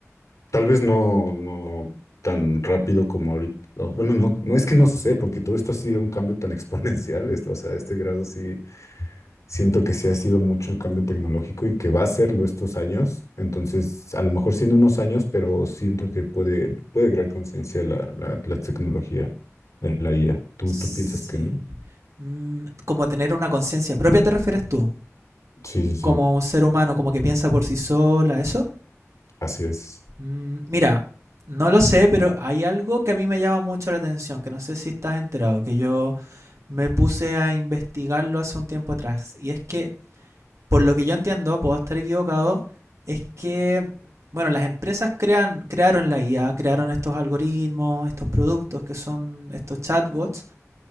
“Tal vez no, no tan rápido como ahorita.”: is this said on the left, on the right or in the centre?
Left